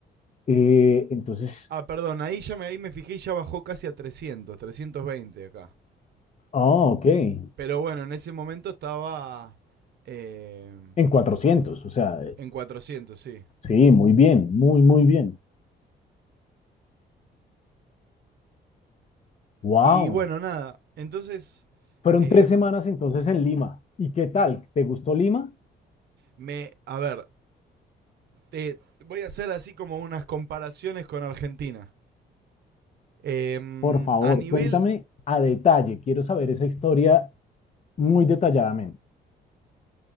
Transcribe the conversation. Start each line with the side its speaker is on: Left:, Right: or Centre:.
Left: Eh, entonces,
Right: ah, perdón, ahí ya me, ahí me fijé y ya bajó casi a trescientos, trescientos veinte acá.
Left: ah, ok, en
Right: Pero bueno, en ese momento estaba eh,
Left: 400, o sea,
Right: en cuatrocientos, sí.
Left: Sí, muy bien, muy, muy bien. Wow.
Right: Y bueno, nada, entonces,
Left: Fueron
Right: em,
Left: tres semanas entonces en Lima. ¿Y qué tal? ¿Te gustó Lima?
Right: me, a ver, te voy a hacer así como unas comparaciones con Argentina. Em,
Left: Por favor,
Right: a nivel,
Left: cuéntame a detalle. Quiero saber esa historia muy detalladamente.